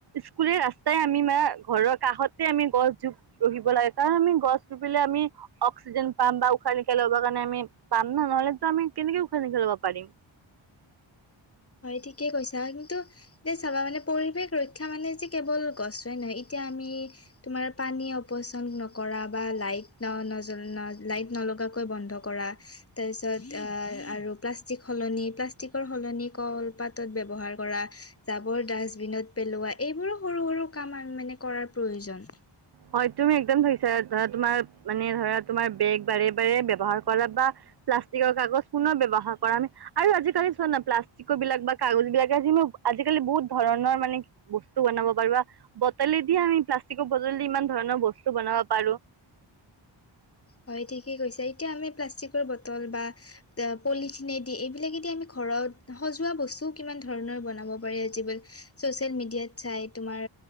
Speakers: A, on the right (about 55°); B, on the left (about 30°).
A: স্কুলে ৰাস্তাই আমি ম ঘৰৰ কাষতে আমি গছ জোপ ৰুহিব লাগে কাৰণ আমি গছ ৰুপিলে আমি অক্সিজেন পাম বা। উশাহ-নিশাহ ল'ব কাৰণে বৰ কাৰণে আমি পাম ন নহ'লেতো আমি কেনেকে উখান ন খেলব পাৰিম
B: হয়, ঠিকেই কৈছা কিন্তু এয়া চাবা মানে পৰিৱেশ ৰক্ষা মানে যে কেৱল গছোৱই নহয় এতিয়া আমি তোমাৰ পানী অপচন্দ নকৰা বা লাইট ন ন লাইট নলগাকৈ বন্ধ কৰা তাৰ পিছত অ', আৰু প্লাষ্টিক সলনি, প্লাষ্টিকৰ সলনি কলপাতত ব্যৱহাৰ কৰা জাৱৰ ডাষ্টবিনত পেলোৱা এইবোৰো সৰু, সৰু কাম মানে কৰাৰ প্ৰয়োজন
A: হয়, তুমি একদম ভৰিছা ধৰা তোমাৰ মানে ধৰা তোমাৰ বেগ বাৰে বাৰে ব্যৱহাৰ কৰা বা প্লাষ্টিকৰ কাগজ পুনৰ ব্যৱহাৰ কৰা আমি আৰু আজিকালি চোৱা না প্লাষ্টিকৰ বিলাক বা কাগজ বিলাকে যি আজিকালি বহুত ধৰণৰ মানে বস্তু বনাব পাৰিবা বটলে দিয়ে আমি প্লাষ্টিকৰ। বজলি ইমান ধৰণৰ বস্তু বনাব পাৰো
B: হয়, ঠিকে কৈছে এতিয়া আমি প্লাষ্টিকৰ বটল বা পলিথিনেদি এইবিলাকেদি আমি ঘৰত সজোৱা বস্ত কিমান ধৰনৰ বনাব পাৰি চচিয়েল মিডিয়াত চাই তোমাৰ